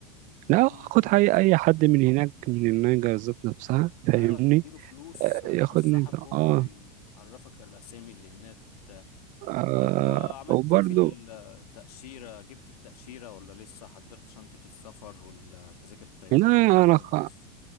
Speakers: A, on the left (about 70°); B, on the right (about 40°).
A: خد
B: لا
A: معاك
B: خد
A: مرشد
B: أي
A: سياحي
B: أي حد من هناك من النيجر ذات نفسها فاهمني؟
A: ايوه هتديله فلوس
B: آه
A: هيفسحك
B: ياخدني ده.
A: وهو
B: آه,
A: يعرفك الاسامي اللي هناك وبتاع
B: آه
A: طب وعملت
B: وبرضه
A: ايه في التأشيرة جبت التأشيرة ولا لسه حضرت شنطة السفر ولا تذاكر الطيران
B: لا
A: والحاجات
B: أنا
A: دي ولا لسه